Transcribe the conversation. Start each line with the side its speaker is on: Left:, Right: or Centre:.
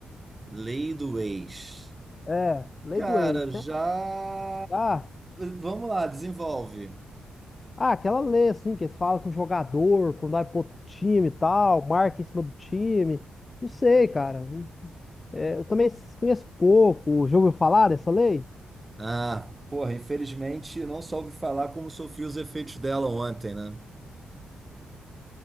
Right: Lei do ex.
Left: É, lei
Right: Cara,
Left: do ex. né?
Right: já.
Left: ah,
Right: Vamos lá, desenvolve.
Left: ah, aquela lei, assim, que eles falam com o jogador, quando vai pro outro time e tal, marca em cima do time. Não sei, cara. É, eu também conheço pouco. Já ouviu falar dessa lei?
Right: Ah, porra, infelizmente não só ouvi falar como sofri os efeitos dela ontem, né?